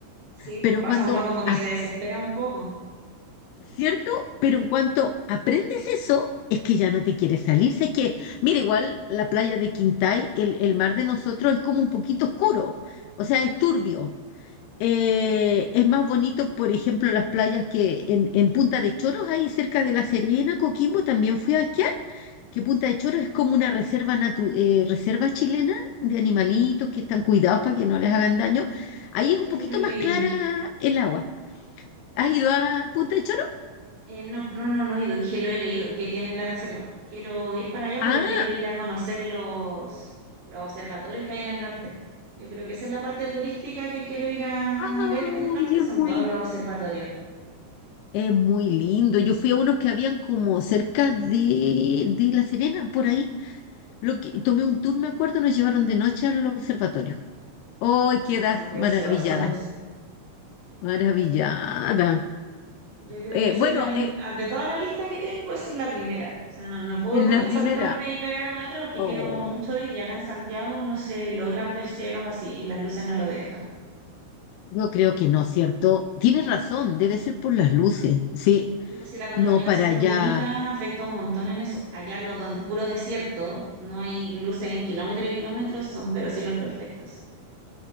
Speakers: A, on the right; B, on the left.
A: Sí, pues
B: Pero
A: pasa
B: cuando,
A: uno como que
B: ap-
A: se desespera un poco.
B: ¿cierto? Pero en cuanto aprendes eso, es que ya no te quieres salir. Sé que, mira, igual la playa de Quintay, el, el mar de nosotros es como un poquito oscuro, o sea, es turbio eh, es más bonito, por ejemplo, las playas que en, en Punta de Choros, ahí cerca de La Serena, Coquimbo, también fui a esquiar, que Punta de Choros es como una reserva, natu- eh, reserva chilena de animalitos que están cuidados para que no les hagan daño. Ahí
A: Sí,
B: es un poquito
A: sí, lo he leído.
B: más clara el agua. ¿Has ido a Punta de Choros?
A: Eh, no, no, no, no he ido, dije, lo he leído, que tienen la reserva. Quiero ir para allá, pero
B: Ah,
A: quiero ir a conocer los, los observatorios que hay en el norte. Yo creo que esa es la parte turística que quiero ir a
B: ay,
A: ver del norte,
B: es
A: son
B: muy,
A: todos los observatorios.
B: es muy lindo. Yo fui a unos que habían como cerca de, de La Serena, por ahí. Lo que, tomé un tour, me acuerdo, nos llevaron de noche al observatorio. Hoy
A: Sí,
B: quedas
A: son preciosos.
B: maravillada, maravillada.
A: Yo creo
B: Eh,
A: que esa
B: bueno,
A: es la,
B: eh,
A: de toda la lista que tengo, esa es la primera. O sea, no, no puedo
B: en
A: ta-
B: la
A: saltarme
B: primera,
A: y pegarme otra porque
B: oh,
A: quiero mucho ir y acá en Santiago no se logran ver cielos así, las luces no lo dejan.
B: yo creo que no, ¿cierto? Tienes razón, debe ser por las luces, sí,
A: Sí, pues sí, la contaminación
B: no para allá,
A: lumínica afecta un montón en eso. Allá lo, donde es puro desierto, no hay luces en kilómetros y kilómetros, son pero cielos perfectos.